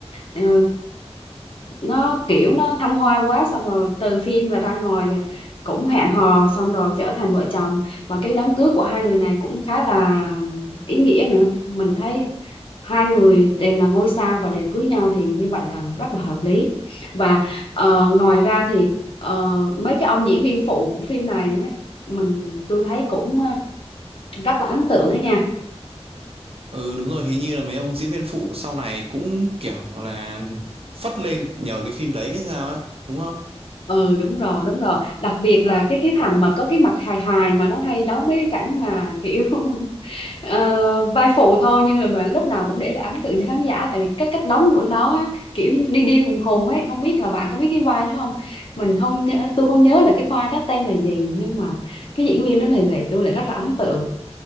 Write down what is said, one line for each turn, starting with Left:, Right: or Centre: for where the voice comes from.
Left: ờ, nó kiểu nó thăng hoa quá xong rồi từ phim là ra ngoài cũng hẹn hò xong rồi trở thành vợ chồng và cái đám cưới của hai người này cũng khá là ý nghĩa nữa mình thấy hai người đều là ngôi sao và đều cưới nhau thì như vậy là rất là hợp lý và ờ, ngoài ra thì ờ, mấy cái ông diễn viên phụ của phim này á, mình tôi thấy cũng ờ, rất là ấn tượng đó nha
Right: ừ đúng rồi hình như là mấy ông diễn viên phụ sau này cũng kiểu là phất lên nhờ cái phim đấy hay sao á đúng không
Left: ừ đúng rồi đúng rồi đặc biệt là cái cái thằng mà có cái mặt hài hài mà nó hay đóng mấy cái cảnh mà kiểu <laughs> ờ, vai phụ thôi nhưng là mà lúc nào cũng để lại ấn tượng cho khán giả tại vì cái cách đóng của nó á, kiểu như đi đi khùng khùng ấy không biết là bạn có biết cái vai đó không mình không nhớ tôi không nhớ là cái vai đó tên là gì nhưng mà cái diễn viên đó lại lại tôi lại rất là ấn tượng